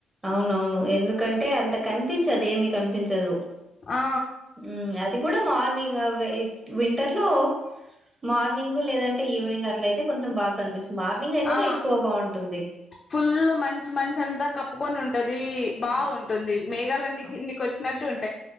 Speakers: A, on the right (about 20°); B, on the left (about 40°).
A: అవును అవును ఎందుకంటే అంత కనిపించదు ఏమి కనిపించదు
B: ఆ
A: మ్మ్ అది కూడా మార్ ని వింటర్ లో మార్నింగ్ లేదంటే ఈవినింగ్ అట్లయితే కొంచెం బాగా కనిపిస్తుంది మార్నింగ్ అయితేనే
B: ఆ
A: ఎక్కువ బావుంటుంది.
B: ఫుల్ మంచ మంచ అంతా కప్పు ఒప్పుకొనింటది అది బాగుంటుంది
A: ఆ!
B: మేఘాలన్నీ
A: ఆ!
B: కిందికి వచ్చినట్టు ఉంటుంది